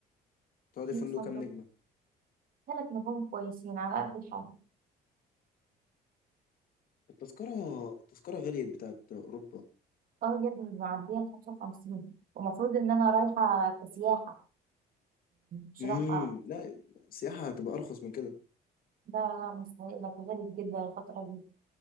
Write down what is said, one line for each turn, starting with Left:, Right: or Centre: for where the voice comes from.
Left: تقعدي
Right: 100
Left: في فندق
Right: فندق
Left: كام نجمة؟
Right: ثلاث نجوم كويسين على قد الحاجة
Left: التذكرة التذكرة غليت بتاعت أوروبا
Right: اه يا ابني معدية ال 55 ومفروض ان انا رايحة كسياحة بصراحة
Left: امم لا السياحة هتبقى أرخص من كده
Right: ده مستحيل غريب جدا الفترة دي